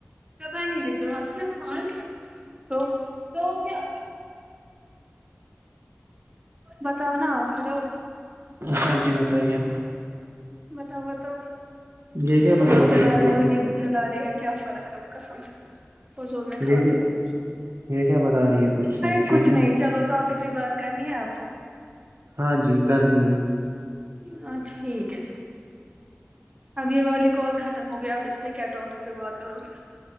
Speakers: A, on the right; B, on the right.
A: تو کو نہیں ن تو ا ن کن تو تو کیا بتاؤ نا آ ہلو
B: ہاں جی بتائیے
A: بتاؤا تو
B: یہ کیا
A: تم
B: بتا
A: بھی
B: رہی
A: چلا
B: تھی
A: رہے ہو یہ بھی چلا رہی ہے کیا فرق ہے آ کا سمجھ وضول میں کھاتی
B: یہ کیا
A: ہوں
B: یہ کیا بتا رہی ہے
A: ارے
B: چینی
A: کچھ نہیں چلو تو آفک بھی بات کرنی ہے آپ کو
B: ہاں جی کرنی ہے
A: ہاں ٹھیک ہے اب یہ والی کال ختم ہوگیا اب اس میں کیا ٹاپک پہ بات کرو گے